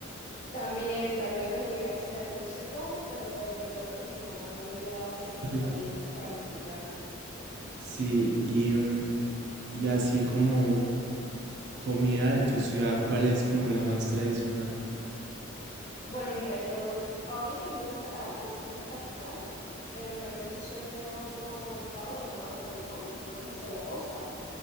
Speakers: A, on the left (about 35°); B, on the right (about 55°).
A: También, también lo llegué a hacer. No sé cómo, pero recuerdo que mi mamá también me daba así como
B: <laughs>
A: palitos para masticarlo.
B: Sí, y mm, Y así como comida de tu ciudad, ¿cuál es como la más tradicional?
A: Bueno, mira, yo ahorita vivo en Caracas, que es la capital, pero realmente soy de otro estado llamado Falcón, que es más hacia la costa.